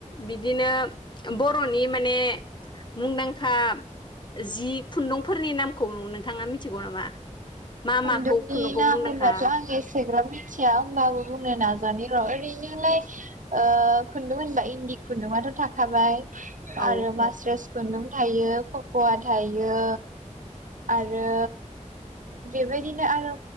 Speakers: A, on the left (about 35°); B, on the right (about 80°).
A: बिदिनो बर' नि माने मुंदांखा जि खुन्दुंफोरनि नाम खौ नोंथाङा मिथिगौ नामा? मा
B: खुन्दुंनि
A: माखौ खुन्दुंखौ
B: नाम
A: मुंदांखा
B: होनबाथ आं एसेग्राब मिथिया होमबाबो बुंनो नाजा जनि र ओरैनोलाय ओ खुन्दुं होनबा इन्दि खुन्दुंआथ थाखाबाय
A: औ
B: आरो मास्रेस खुन्दुं थायो फकवा थायो आरो बेबायदिनो आरो